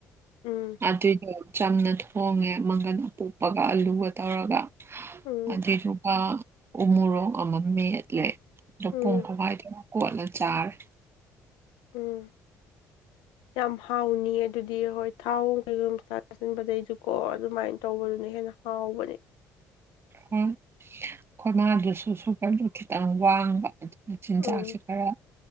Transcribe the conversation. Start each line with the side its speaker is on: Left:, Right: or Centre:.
Left: ꯎꯝ
Right: ꯑꯗꯨꯏꯗꯣ ꯆꯝꯅ ꯊꯣꯡꯉꯦ ꯃꯪꯒꯟ ꯑꯄꯣꯛꯄꯒ ꯑꯂꯨꯒ ꯇꯧꯔꯒ
Left: ꯎꯝ
Right: ꯑꯗꯨꯏꯗꯨꯒ ꯎꯃꯣꯔꯣꯛ ꯑꯃꯒ ꯃꯦꯠꯂꯦ ꯑꯗꯣ
Left: ꯎꯝ
Right: ꯄꯣꯡ ꯍꯥꯋꯥꯏꯗꯨꯒ ꯀꯣꯠꯂ ꯆꯥꯔꯦ
Left: ꯎꯝ ꯌꯥꯝ ꯍꯥꯎꯅꯤ ꯑꯗꯨꯗꯤ ꯍꯣꯏ ꯊꯥꯎ ꯀꯩꯒꯨꯝ ꯆꯥꯁꯤꯟꯕꯗꯩꯁꯨꯀꯣ ꯑꯗꯨꯃꯥꯏꯅ ꯇꯧꯕꯗꯨꯅ ꯍꯦꯟꯅ ꯍꯥꯎꯕꯅꯦ
Right: ꯍꯣꯏ ꯑꯩꯈꯣꯏ ꯃꯥꯗꯨꯁꯨ ꯁꯨꯝ ꯈꯤꯇꯪ ꯋꯥꯡꯕ ꯆꯤꯟꯖꯥꯛꯁꯦ
Left: ꯎꯝ
Right: ꯈꯔꯥ